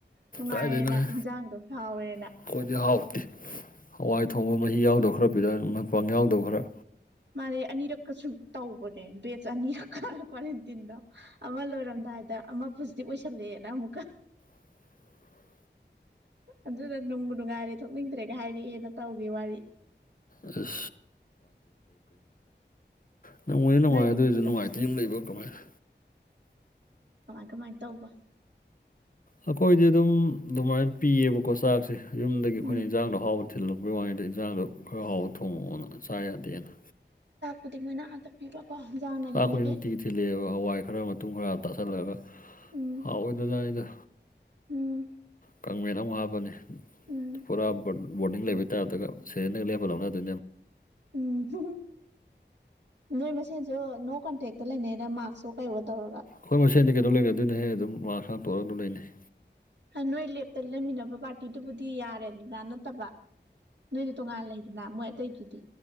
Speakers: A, on the right; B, on the left.
A: ꯅꯨꯡꯉꯥꯏꯌꯦꯅ
B: ꯀꯥꯏꯗꯩꯅꯣꯍꯦ
A: ꯏꯟꯁꯥꯡꯗꯣ ꯍꯥꯎꯋꯦꯅ
B: ꯑꯩꯈꯣꯏꯗꯤ ꯍꯥꯎꯇꯦ ꯍꯋꯥꯏ ꯊꯣꯡꯕ ꯃꯍꯤ ꯌꯥꯎꯗꯕ ꯈꯔ ꯄꯤꯗ ꯃꯄꯥꯡ ꯌꯥꯎꯗꯕ ꯈꯔ
A: ꯃꯥꯁ ꯑꯅꯤꯔꯛꯀ ꯁꯨꯝ ꯇꯧꯕꯅꯦ ꯕꯦꯁ ꯑꯅꯤꯔꯛꯀ ꯀ꯭ꯋꯥꯔꯦꯟꯇꯤꯟꯗ ꯑꯃ ꯂꯣꯏꯔꯝꯗꯥꯏ ꯍꯥꯏꯗ ꯑꯃ ꯄꯨꯖꯤꯛꯇꯤ ꯑꯣꯏꯁꯜꯂꯛꯑꯦꯅ ꯑꯃꯨꯛꯀ
B: <unintelligible>
A: ꯑꯗꯨꯗ ꯅꯨꯡꯕꯨ ꯅꯨꯡꯉꯥꯏꯔꯦ ꯊꯣꯛꯅꯤꯡꯗ꯭ꯔꯦꯒ ꯍꯥꯏꯔꯛꯦꯅ ꯇꯧꯗꯦ ꯋꯥꯔꯤ
B: ꯑꯁ ꯅꯪꯉꯣꯏꯅ ꯅꯨꯡꯉꯥꯏ
A: ꯅꯣꯏꯒꯤ
B: ꯑꯗꯨ
A: ꯑꯃꯨꯛ
B: ꯑꯣꯏꯔꯁꯨ
A: ꯂꯤꯔꯛꯎꯁꯦ
B: ꯅꯨꯡꯉꯥꯏꯇꯤ ꯑꯃ ꯂꯩꯕ ꯀꯃꯥꯏꯅ
A: ꯀꯃꯥꯏꯅ ꯇꯧꯕ
B: ꯑꯩꯈꯣꯏꯗꯤ ꯑꯗꯨꯝ ꯑꯗꯨꯃꯥꯏꯅ ꯄꯤꯌꯦꯕꯀꯣ ꯆꯥꯛꯁꯦ ꯌꯨꯝꯗꯒꯤ ꯑꯩꯈꯣꯏꯅ
A: ꯎꯝ
B: ꯏꯟꯖꯥꯡꯗ ꯍꯥꯎꯕꯗ ꯊꯤꯜꯂꯛꯄꯩ ꯃꯉꯩꯗ ꯏꯟꯖꯥꯡꯗꯣ ꯈꯔ ꯍꯥꯎꯕ ꯊꯣꯡꯉꯛꯑꯣꯅ ꯆꯥ ꯌꯥꯗꯦꯅ
A: ꯈꯨꯗꯤꯛ ꯃꯣꯏꯅ ꯑꯥꯗꯞꯄꯤꯕꯣꯀꯣ ꯍꯟꯖꯥꯡꯅ
B: ꯆꯥꯛꯄꯨꯗꯤ
A: ꯌꯨꯝꯗꯒꯤ
B: ꯅꯨꯡꯇꯤꯒꯤ ꯊꯤꯜꯂꯛꯑꯦꯕ ꯍꯋꯥꯏ ꯈꯔ ꯃꯇꯨꯡ ꯈꯔ ꯇꯥꯁꯜꯂꯛꯑꯒ
A: ꯎꯝ
B: ꯍꯥꯎꯑꯣꯏꯗꯅ ꯑꯩꯗ
A: ꯎꯝ
B: ꯀꯥꯡꯃ ꯑꯃ ꯋꯥ ꯍꯥꯞꯄꯅꯤ
A: ꯎꯝ
B: ꯄꯨꯔꯥ ꯕꯣꯔꯗꯤꯡ ꯂꯩꯕ ꯠꯇ ꯁꯤꯅ ꯀꯂꯤꯌꯥꯦ ꯐ ꯂꯅ ꯑꯗꯨ
A: ꯎꯝ ꯎꯝ ꯅꯣꯏ ꯃꯁꯦꯟꯁꯨ ꯅꯣ ꯀꯟꯇꯦꯛꯇ ꯂꯩꯅꯩꯅ ꯃꯥꯛꯁ ꯑꯣ ꯀꯩꯋꯣ ꯇꯧꯔꯒ
B: ꯍꯣꯏ ꯃꯣꯏ ꯁꯦꯟꯗꯤ ꯀꯩꯣꯝ ꯂꯩꯔꯦ ꯑꯗꯨꯣꯏꯅꯦ ꯍꯦꯛ ꯑꯗꯨꯝ ꯋꯥ ꯈꯔ ꯇꯣꯛꯑꯒ ꯑꯗꯨꯝ ꯂꯩꯅꯩ
A: ꯅꯣꯏ ꯂꯦꯞꯇ ꯂꯩꯃꯤꯟꯅꯕ ꯄꯥꯔꯇꯤꯗꯨꯕꯨꯗꯤ ꯌꯥꯔꯦꯗ꯭ꯔꯥ ꯅꯠꯇꯕ ꯅꯣꯏꯗꯤ ꯇꯣꯉꯥꯟ ꯂꯩꯗꯅ ꯃꯣꯏ ꯑꯇꯩꯗꯨꯗꯤ